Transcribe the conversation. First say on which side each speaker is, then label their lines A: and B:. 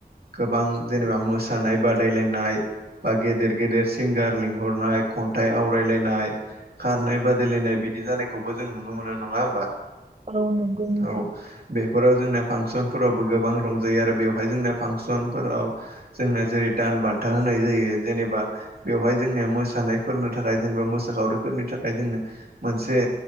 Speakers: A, on the right (about 60°); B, on the right (about 40°).
A: गोबां जेनेबा मोसानाय बादि बादलायनाय बा गेदेर गेदेर सिंगार लिंहरनाय खन्थाइ आवरायलायनाय खारनाय बादायलायनाय बिदि जानायखौबो जों नुनो मोनो नङा होमबा
B: औ औ नंगौ नोंथां
A: औ बेफोराव जोंना फांसनफोरावबो गोबां रंजायो आरो बेवहाय जोंना फांसनफोराव जोंना जेरै दान बान्था होनाय जायो जेनेबा बेवहाय जोंनिया मोसानायफोरनि थाखाय जेनेबा मोसाखावरिफोरनि थाखाय जोंनो मोनसे